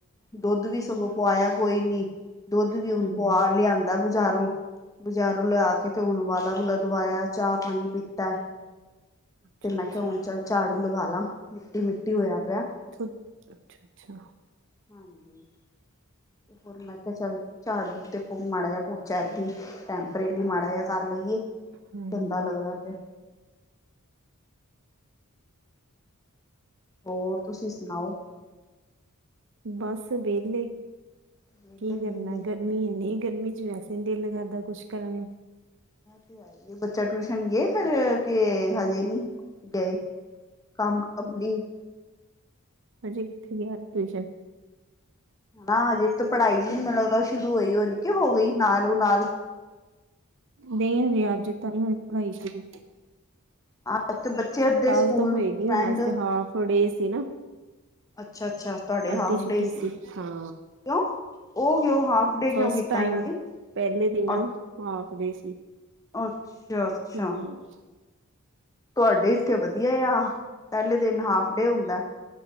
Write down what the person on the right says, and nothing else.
ਹੂੰ,
ਅੱਛਾ-ਅੱਛਾ,
ਅੱਛਾ, ਅੱਛਾ
ਹੂੰ,
ਬਸ ਵੇਲੇ
ਕੀ
ਕਰਨਾ
ਗਰਮੀ ਇਨੀ ਗਰਮੀ ਚ ਵੈਸੇ ਨੀ ਦਿਲ ਕਰਦਾ ਕੁੱਛ ਕਰਨ ਨੂੰ
ਹਜੇ ਕਿੱਥੇ ਗਿਆ ਟਿਊਸ਼ਨ
ਨਹੀਂ ਹਜੇ ਅਜ ਤਾਂ ਨੀ ਹੋਈ ਪੜਾਈ ਸ਼ੁਰੂ
ਕੱਲ ਤੋਂ ਹੋਏਗੀ
ਹੁਨ ਅੱਜ ਤੇ ਹਾਫ ਡੇ ਸੀ ਨਾ
ਅੱਧੀ
ਛੁੱਟੀ
ਸੀ ਹਾਂ
ਫਸਟ
ਟਾਈਮ
ਪਹਿਲੇ ਦਿਨਾਂ
ਹਾਫ ਡੇ ਸੀ
ਹੂੰ